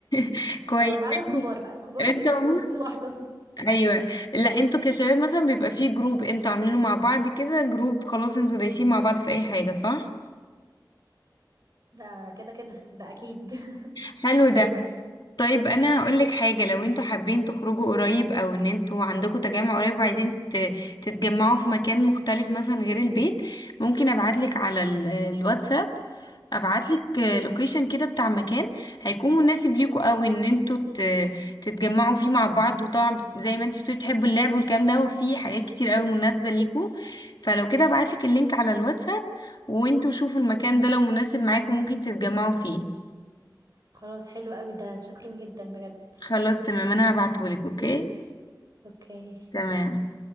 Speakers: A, on the left; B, on the right.
A: <laughs> كويس
B: اه ما عدا الكبار بقى الكبار
A: انت
B: بيبقوا
A: عموما
B: <laughs> لوحدهم
A: ايوه لا انتوا كشباب مثلا بيبقى فيه جروب انتوا عاملينه مع بعض كده جروب خلاص انتوا دايسين مع بعض في اي حاجه صح
B: ده كده كده ده أكيد <laughs>
A: حلو ده
B: دايما
A: طيب انا هقول لك حاجه لو انتوا حابين تخرجوا قريب او ان انتوا عندكم تجمع قريب وعايزين ت- تتجمعوا في مكان مختلف مثلا غير البيت ممكن ابعت لك على ال- الواتساب ابعت لك لوكيشن كده بتاع مكان هيكون مناسب ليكوا قوي ان انتوا ت- تتجمعوا فيه مع بعض وطبعا زي ما انت بتقولي بتحبوا اللعب والكلام ده وفي حاجات كتير قوي مناسبه ليكوا فلو كده ابعت لك اللينك على الواتساب وانتوا شوفوا المكان ده لو مناسب معاكم ممكن تتجمعوا فيه
B: خلاص حلو قوي ده شكرا جدا بجد
A: خلاص تمام انا هبعتهولك اوكي
B: اوكي
A: تمام
B: سي